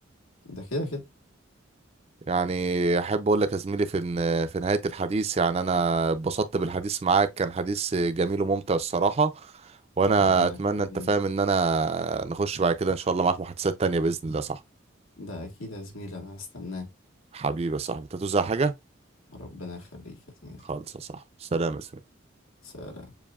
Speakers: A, on the left (about 85°); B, on the right (about 30°).
A: ده كده كده
B: يعني احب اقول لك يا زميلي في ن- في نهايه الحديث يعني انا اتبسطت بالحديث معاك كان حديث جميل وممتع الصراحه وانا
A: ربنا
B: اتمنى
A: يخليك
B: انت فاهم ان انا نخش بعد كده ان شاء الله معاك محادثات تانية باذن الله صح
A: ده أكيد يا زميلي أنا هستناه
B: حبيبي يا صاحبي انت هتوزع حاجه
A: ربنا يخليك يا زميلي
B: خالص يا صاحبي سلام يا زميلي
A: سلام